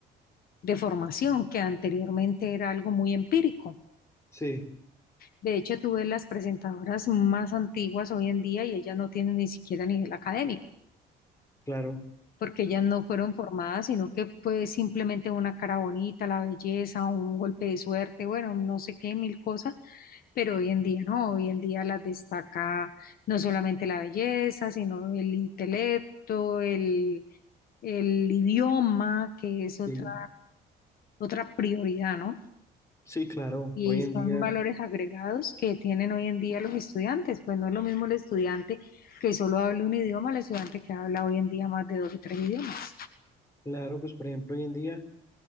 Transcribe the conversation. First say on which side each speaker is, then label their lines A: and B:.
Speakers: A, on the left; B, on the left.
A: de formación, que anteriormente era algo muy empírico.
B: Sí,
A: De hecho, tú ves las presentadoras más antiguas hoy en día y ellas no tienen ni siquiera nivel académico,
B: claro.
A: porque ellas no fueron formadas, sino que pues simplemente una cara bonita, la belleza, un golpe de suerte, bueno, no sé qué, mil cosas Pero hoy en día no, hoy en día las destaca no solamente la belleza, sino el intelecto, el, el idioma, que es otra,
B: Sí,
A: otra prioridad, ¿no?
B: sí, claro.
A: Y
B: Hoy en
A: son
B: día,
A: valores agregados que tienen hoy en día los estudiantes, pues no es lo mismo el estudiante que solo hable un idioma al estudiante que habla hoy en día más de dos o tres idiomas.
B: claro, pues por ejemplo, hoy en día...